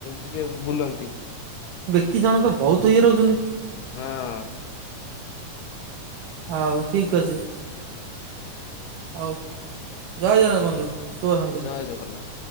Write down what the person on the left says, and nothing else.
ଟିକେ ବୁଲନ୍ତି।
ହଁଅ।
ଜୟ ଜଗନ୍ନାଥ।